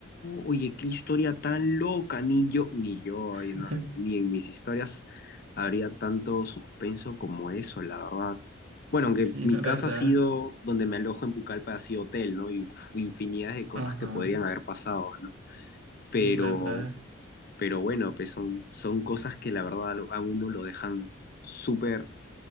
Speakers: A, on the left; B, on the right.
A: oye, qué historia tan loca, ni yo, ni yo, ay,
B: <laughs>
A: no, ni en mis historias habría tanto suspenso como eso, la verdad. Bueno, aunque
B: Sí,
A: mi
B: no,
A: casa
B: la verdad.
A: ha sido, donde me alojo en Pucallpa, ha sido hotel, ¿no? Y uf, infinidad de cosas
B: Ajá,
A: que podrían haber pasado, ¿no?
B: sí,
A: Pero,
B: la verdad.
A: pero bueno, pues son, son cosas que la verdad a uno lo dejan súper